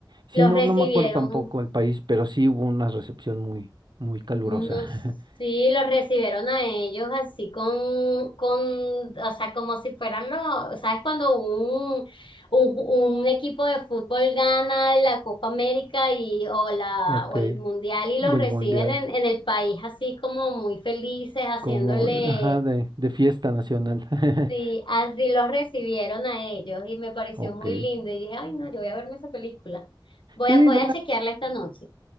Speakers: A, on the right; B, on the left.
A: Sí,
B: los
A: no,
B: recibieron
A: no me acuerdo tampoco el país, pero sí hubo una recepción muy, muy calurosa.
B: No,
A: <laughs>
B: sí, los recibieron a ellos así con, con, o sea, como si fueran los, ¿sabes? Cuando un, un, un equipo de fútbol gana la Copa América y, o la,
A: Ok,
B: o el
A: el
B: Mundial y los reciben
A: mundial.
B: en, en el país así como muy felices, haciéndole,
A: Como, ajá, de, de fiesta nacional. <laughs>
B: sí, así los recibieron a ellos y me pareció
A: Ok.
B: muy lindo y dije, ay, no, yo voy a verme esa película. Voy
A: Sí,
B: a, voy
A: vela.
B: a chequearla esta noche.